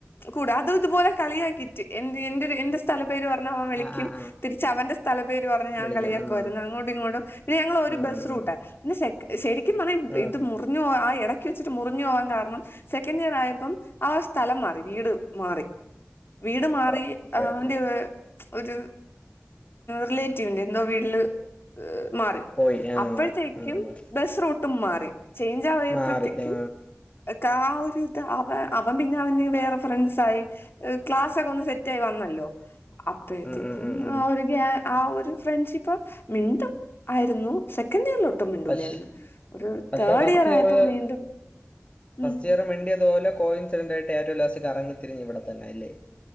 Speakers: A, on the left (about 55°); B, on the left (about 30°).
A: കൂട അത് ഇതുപോലെ കളിയാക്കിട്ട് എൻ്റെ എൻ്റൊരു എൻ്റെ സ്ഥലപേര് പറഞ്ഞ് അവൻ വിളിക്കും
B: ആ ആ ആ
A: തിരിച്ച് അവന്റെ സ്ഥല പേര് പറഞ്ഞ് ഞാൻ
B: വിളിക്കും
A: കളിയാക്കുമായിരുന്നു
B: ഉം
A: അങ്ങോട്ടും ഇങ്ങോട്ടും പിന്നെ ഞങ്ങള് ഒരു
B: ഉം
A: ബസ്
B: ഉം
A: റൂട്ട
B: ഉം
A: പിന്നെ ശരിക്കും പറഞ്ഞ
B: ഉം
A: ഇത് മുറിഞ്ഞു പോ ആ ഇടയ്ക്ക് വെച്ചിട്ട് മുറിഞ്ഞു പോവാൻ കാരണം സെക്കൻഡ് ഇയർ ആയപ്പം അവൻ സ്ഥലം മാറി വീട് മാറി വീട് മാറി
B: ഓ, ഓക്കെ
A: അവൻ്റെ
B: ഓക്കെ
A: ഒരു റിലേറ്റീവിന്റെ എന്തോ വീട്ടില് മാറി
B: പോയി ആ
A: അപ്പോഴത്തേക്കും
B: ഉം ഉം
A: ബസ് റൂട്ടും മാറി ചേഞ്ച് ആയപ്പോത്തേക്കും
B: മാറി ആ
A: ക്ക ആ ഒരു ഇത് അവ അവൻ പിന്നെ അവന് വേറെ ഫ്രെണ്ട്സ് ആയി. ക്ലാസ്സൊക്കെ ഒന്ന് സെറ്റ് ആയി വന്നല്ലോ. അപ്പോഴത്തേക്കും
B: ഉം ഉം ഉം ഉം
A: ആ ഒരു ഗ ആ ഒരു ഫ്രണ്ട്ഷിപ്പ് മിണ്ടും ആയിരുന്നു. സെക്കൻഡ് ഇറിൽ ഒട്ടും
B: പക്ഷെ
A: ഒരു
B: പക്ഷെ
A: തേർഡ്
B: ഫസ്റ്റ്
A: ഇയർ
B: ഇയർറ്
A: ആയപ്പോ വീണ്ടും
B: ഫസ്റ്റ്
A: ഉം
B: ഇയ മിണ്ടിയത്പോലെ കോയിൻസിഡൻസ് ആയിട്ട് ഏറ്റവും ലാസ്റ്റ് കറങ്ങിതിരിഞ് ഇവിടെ തന്ന ആയില്ലേ